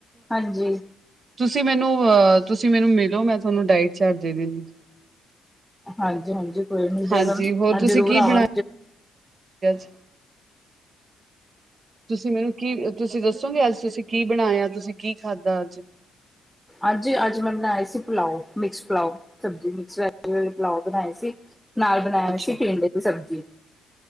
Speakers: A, in the centre; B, on the right.
A: ਹਾਂਜੀ।
B: ਤੁਸੀਂ ਮੈਨੂੰ ਅਹ ਤੁਸੀਂ ਮੈਨੂੰ ਮਿਲੋ ਮੈਂ ਤੁਹਾਨੂੰ ਡਾਇਟ ਚਾਰਟ ਦੇ ਦਿੰਦੀ
A: ਹਾਂਜੀ, ਹਾਂਜੀ ।ਕੋਈ ਨੀ ਜ
B: ਹਾਂਜੀ ਹੋਰ ਤੁਸੀਂ
A: ਜ਼ਰੂਰ
B: ਕੀ ਬਣਾਇਆ
A: ਆਵ
B: ਅੱਜ ਤੁਸੀਂ ਮੈਨੂੰ ਕੀ ਤੁਸੀਂ ਦੱਸੋਗੇ ਅੱਜ ਤੁਸੀਂ ਕੀ ਬਣਾਇਆ ਤੁਸੀਂ ਕੀ ਖਾਧਾ ਅੱਜ
A: ਅੱਜ, ਅੱਜ ਮੈਨ ਆਏ ਸੀ ਪਲਾਓ ਮਿਕਸ ਪਲਾਓ ਸਬਜ਼ੀ ਮਿਕਸ ਵੈ। ਲਾਓ ਬਣਾਏ ਸੀ ਨਾਲ ਬਣਾਇਆ
B: ਅੱਛਾ
A: ਸੀ ਪੀਂਡ ਦੀ ਸਬਜ਼ੀ।